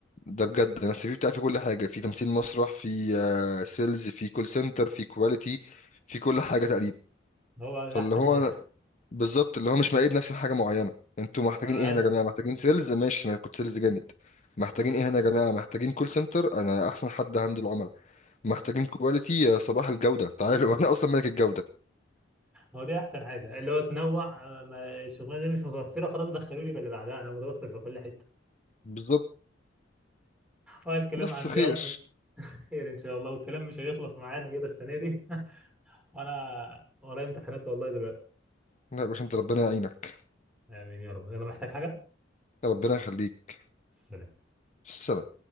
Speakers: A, on the left; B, in the centre.
A: ده بجد انا السي في بتاعي فيه كل حاجه في تمثيل مسرح في آه، سيلز في كول سنتر في كواليتي في كل حاجه تقريبا
B: هو
A: فاللي
B: ده أحسن
A: هو
B: حاجة
A: أنا بالظبط اللي هو مش مقيد نفسي بحاجه معينه انتوا محتاجين
B: آه،
A: ايه هنا يا جماعه محتاجين سيلز ماشي انا كنت سيلز جامد محتاجين ايه هنا يا جماعه محتاجين كول سنتر انا احسن حد هندل العملاء محتاجين كواليتي يا صباح الجوده تعالوا <laughs> انا اصلا ملك الجوده
B: هو دي أحسن حاجة اللي هو تنوع آه، ما الشغلانة دي مش متوفرة خلاص دخلوني باللي بعدها أنا متوفر في كل حتة
A: بالظبط
B: هو الكلام
A: بس
B: عندي
A: خير
B: أصلا خير ان شاء الله والكلام مش هيخلص معانا كده السنه دي <laughs> وانا ورايا امتحانات والله دلوقتي
A: لا يا باشا انت ربنا يعينك
B: امين يا رب يلا محتاج حاجه
A: ربنا يخليك
B: سلام
A: سلام